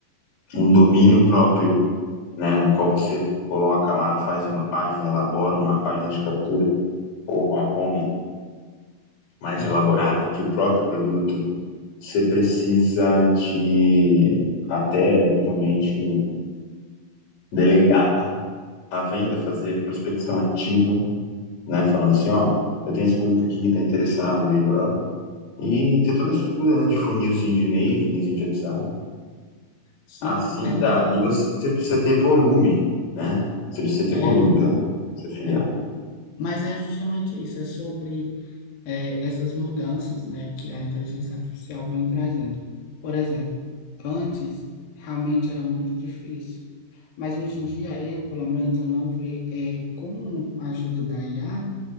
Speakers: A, on the left (about 80°); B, on the left (about 60°).
A: um domínio próprio né, no qual você coloca lá, faz uma página, elabora uma página de captura ou uma home mais
B: É,
A: elaborada que o próprio produto, você precisa de até eventualmente delegar a venda, fazer prospecção ativa, né, falando assim, ó, eu tenho esse produto aqui, tá interessado, e blá, e ter toda a estrutura né, de funilzinho de e-mail, funilzinho de WhatsApp.
B: sim,
A: Assim
B: mas
A: dá.
B: aí,
A: E você precisa ter volume, né? Você precisa ter
B: é,
A: volume para se afiliar.
B: é, mas é justamente isso, é sobre é, essas mudanças, né, que a inteligência artificial vem trazendo. Por exemplo, antes realmente era muito difícil, mas hoje em dia eu, pelo menos, eu não vejo, é, com a ajuda da IA,